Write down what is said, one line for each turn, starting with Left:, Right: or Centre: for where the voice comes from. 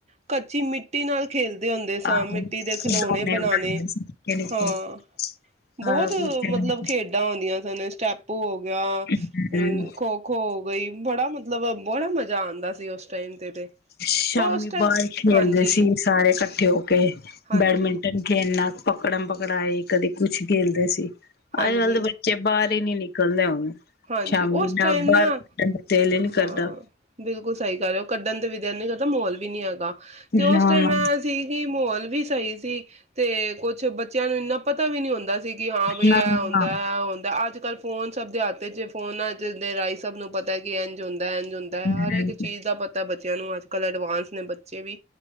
Right: ਕੱਚੀ ਮਿੱਟੀ ਟੀ ਨਾਲ, ਖੇਲਦੇ ਹੁੰਦੇ, ਸਾਂ
Left: ਆਹੋ
Right: ਮਿੱਟੀ
Left: ਖਿਡੌਣੇ
Right: ਦੇ ਖਿਲੌਣੇ ਬਣਾਉਣੇ।
Left: ਬਣਾਉਂਦੇ ਸੀ ਨਿੱਕੇ ਨਿੱਕੇ
Right: ਹਾਂ
Left: ਸਾਰਾ
Right: ਬਹੁਤ
Left: ਕੁਛ
Right: ਮਤਲਬ ਖੇਡਾਂ ਹੁੰਦੀਆਂ ਸਨ ਸਟੈਪ ਭੋ, ਹੂੰ,
Left: ਹਮ
Right: ਖੋ-ਖੋ ਹੋ ਗਈ ਬੜਾ ਮਤਲਬ, ਮਤਲਬ ਵਾਲਾ ਮਜ਼ਾ ਆਦਾ ਸੀ ਉਸ ਟਾਈਮ ਤੇ ਤੇ
Left: ਸ਼ਾਮੀ
Right: ਉਸ ਟਾਈਮ
Left: ਬਾਹਰ ਖੇਲਦੇ
Right: ਹਾਂਜੀ
Left: ਸੀ, ਸਾਰੇ ਇਕੱਠੇ ਹੋ ਕੇ
Right: ਹਾਂਜੀ
Left: ਬੈਡਮਿੰਟਨ ਖੇਲਣਾ ਪਕੜਨ ਪਕੜਾਈ ਕਦੇ ਕੁਛ, ਖੇਲਦੇ ਸੀ ਅੱਜ
Right: ਹਾਂਜੀ
Left: ਕੱਲ੍ਹ ਦੇ ਬੱਚੇ ਬਾਹਰ, ਨੀ ਨਿਕਲਦੇ ਹੁਣ,
Right: ਹਾਂਜੀ,
Left: ਸ਼ਾਮੀ
Right: ਉਸ ਟਾਈਮ ਨਾ
Left: ਬਾਹਰ ਕੱਢਣ ਦਾ ਦਿਲ ਹੀ ਨੀ
Right: ਹਾਂ
Left: ਕਰਦਾ
Right: ਬਿਲਕੁਲ ਸਹੀ ਗੱਲ ਹੈ, ਉਹ ਕੱਢਣ ਦੇ ਵੀ, ਦਿਲ ਨਹੀਂ ਕਰਦਾ ਮਾਹੌਲ ਵੀ ਨੀ ਹੈਗਾ। ਤੇ ਉਸ
Left: ਨਾ
Right: ਟਾਈਮ
Left: ਨਾ
Right: ਮੈਂ ਸੀਗੀ ਮਾਹੌਲ ਵੀ, ਸਹੀ ਸੀ, ਤੇ ਕੁੱਛ ਬੱਚਿਆਂ ਨੂੰ ਇੰਨਾ ਪਤਾ ਵੀ ਨੀ ਹੁੰਦਾ ਸੀ। ਕਿ ਹਾਂ ਬਈ
Left: ਨਾ
Right: ਇਹ
Left: ਨਾ
Right: ਹੁੰਦਾ ਏ ਹੁੰਦਾ ਅੱਜ, ਕੱਲ ਫੋਨ ਸਭ ਦੇ ਹੱ ਫੋਨਾਂ ਚ ਦੇ ਰਾਹੀਂ ਸਭ ਨੂੰ ਪਤਾ ਕਿ ਇੰਝ ਹੁੰਦਾ। ਇੰਝ ਹੁੰਦਾ ਹੈ,
Left: ਹਮ,
Right: ਹਰ ਇੱਕ ਚੀਜ਼ ਦਾ ਪਤਾ ਬੱਚਿਆਂ ਨੂੰ ਅੱਜ, ਅੱਜ ਕੱਲ੍ਹ ਐਡਵਾਂਸ ਨੇ ਬੱਚੇ ਵੀ,